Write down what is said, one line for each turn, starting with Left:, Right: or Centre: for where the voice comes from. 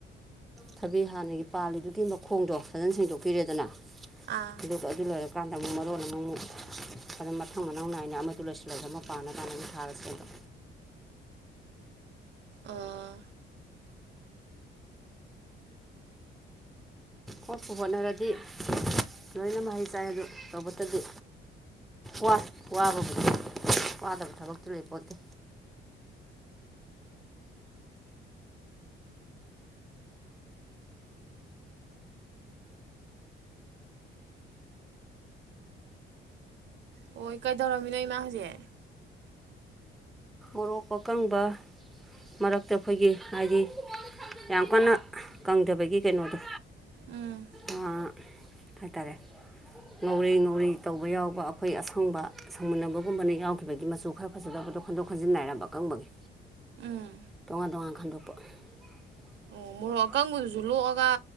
Centre: ꯊꯕꯤ ꯍꯥꯟꯅꯒꯤ ꯄꯥꯜꯂꯤꯗꯨꯒꯤ ꯃꯈꯣꯡꯗꯣ ꯐꯖꯅ ꯁꯦꯡꯗꯣꯛꯄꯤꯔꯦꯗꯅ
Right: ꯑꯥ
Centre: ꯑꯗꯨꯒ ꯑꯗꯨ ꯂꯣꯏꯔꯀꯥꯟꯗ ꯑꯃꯨꯛ ꯃꯔꯣꯟ ꯑꯃ ꯃꯨꯛ ꯑꯗꯨꯝ ꯃꯊꯪ ꯃꯅꯥꯎ ꯅꯥꯏꯅ ꯑꯃꯗꯨ ꯂꯣꯏꯁꯤꯜꯂꯁꯨ ꯑꯃ ꯄꯥꯟꯅꯕꯅ ꯑꯃꯨꯛ ꯊꯥꯔ ꯁꯦꯝꯕ
Right: ꯑꯥ....
Centre: ꯍꯣꯠꯄꯨ ꯍꯣꯠꯅꯔꯗꯤ ꯂꯣꯏꯅ ꯃꯍꯩ ꯆꯥꯏ ꯑꯗꯨ ꯇꯧꯕꯇꯗꯤ ꯋꯥꯢ ꯋꯥꯕꯕꯨꯗꯤ ꯋꯥꯗꯕ ꯊꯕꯛꯇꯤ ꯂꯩꯄꯣꯟꯇꯦ
Right: ꯍꯣꯢ ꯀꯩꯗꯧꯔꯝꯃꯤꯅꯣ ꯏꯃꯥ ꯍꯧꯖꯤꯛ
Centre: ꯃꯣꯔꯣꯛ ꯑꯀꯪꯕ ꯃꯔꯛꯇ ꯑꯩꯈꯣꯏꯒꯤ ꯍꯥꯏꯗꯤ ꯌꯥꯝ ꯀꯟꯅ ꯀꯪꯗꯕꯒꯤ ꯀꯩꯅꯣꯗꯣ
Right: ꯎꯝ
Centre: ꯑ ꯍꯥꯏꯇꯥꯔꯦ ꯉꯧꯔꯦ ꯉꯧꯔꯦ ꯇꯧꯕ ꯌꯥꯎꯕ ꯑ ꯑꯩꯈꯣꯏꯒꯤ ꯑꯁꯪꯕ ꯁꯪꯃꯨꯟꯅꯕꯒꯨꯝꯕꯅ ꯌꯥꯎꯈꯤꯕꯒꯤ ꯃꯆꯨ ꯈꯔ ꯐꯖꯗꯕꯗꯣ ꯈꯣꯟꯗꯣꯛ ꯈꯣꯟꯟꯖꯤꯟ ꯅꯥꯢꯔꯝꯕ ꯑꯀꯪꯕꯒꯤ
Right: ꯎꯝ
Centre: ꯇꯣꯉꯥꯟ ꯇꯣꯉꯥꯟ ꯈꯟꯗꯣꯛꯄ <inaudible>
Right: ꯑꯣ ꯃꯣꯔꯣꯛ ꯀꯪꯕꯗꯨꯖꯨ ꯂꯣꯛꯑꯒ